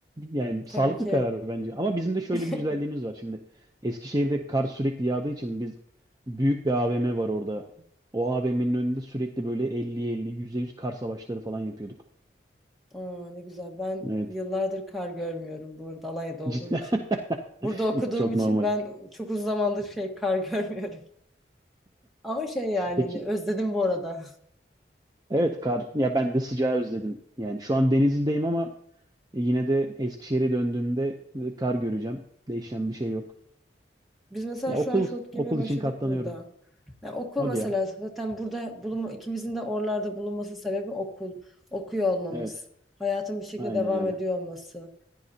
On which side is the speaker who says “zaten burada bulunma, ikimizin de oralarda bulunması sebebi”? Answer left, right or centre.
Centre